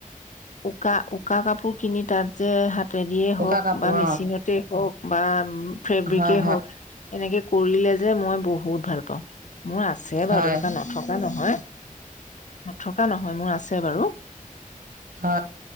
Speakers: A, on the left; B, on the right.
A: উকা উ উকা কাপোৰ কিনি তাত যে হাত তেদিয়ে হওক
B: উকা কাপোৰ
A: বা মেচিনতে হওক বা ফেব্ৰিকে
B: অ হয়
A: হওক এনেকে কৰিলে যে মই বহুত ভাল পাওঁ। মোৰ আছে
B: হয়
A: বাৰু তেনেকুৱা নথকা ন হয়। নথকা নহয় মোৰ আছে বাৰু।
B: হয়।